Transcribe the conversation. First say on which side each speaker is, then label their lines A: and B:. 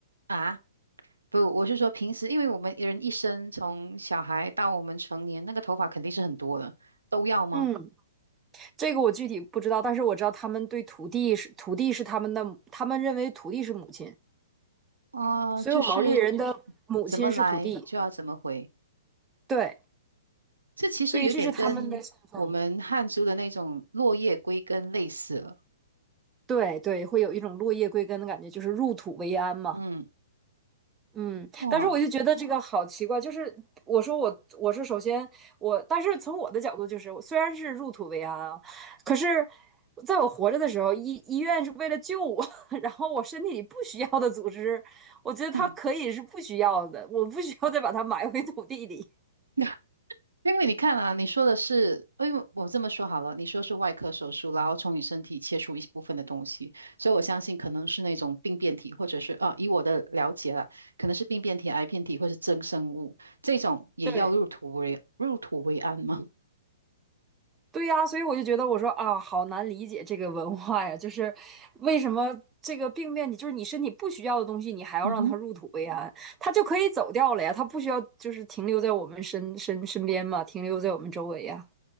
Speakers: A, on the right (about 75°); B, on the right (about 15°).
A: 啊，不，我是说平时，因为我们人一生从小孩到我们成年，那个头发肯定是很多的，都要吗？
B: 嗯，这个我具体不知道，但是我知道他们对土地是土地是他们的，他们认为土地是母亲，
A: 啊，
B: 所有毛利人的母亲是土地，
A: 就是怎么来就要怎么回。
B: 对，
A: 这其实有点跟我们汉族的那种落叶归根类似了。
B: 所以这是他们的信奉。对对，会有一种落叶归根的感觉，就是入土为安嘛。
A: 嗯，
B: 嗯，
A: 哦，
B: 但是我就觉得这个好奇怪，就是我说我我是首先我，但是从我的角度就是，我虽然是入土为安啊，可是在我活着的时候，医医院是为了救我，<laughs> 然后我身体里不需要的组织，我觉得它可以是不需要的，
A: 嗯，
B: 我不需要再把它埋回土地里。<laughs>
A: <laughs> 因为你看啊，你说的是，哎呦，我这么说好了，你说是外科手术，然后从你身体切除一部分的东西，所以我相信可能是那种病变体，或者是啊，以我的了解啦，可能是病变体、癌变体或是增生物，这种也要入土为入土为安吗？
B: 对，对呀，所以我就觉得我说啊，好难理解这个文化呀，就是为什么这个病变，你就是你身体不需要的东西，你还要让它入土为安，
A: 嗯哼。
B: 它就可以走掉了呀，它不需要就是停留在我们身身身边嘛，停留在我们周围呀。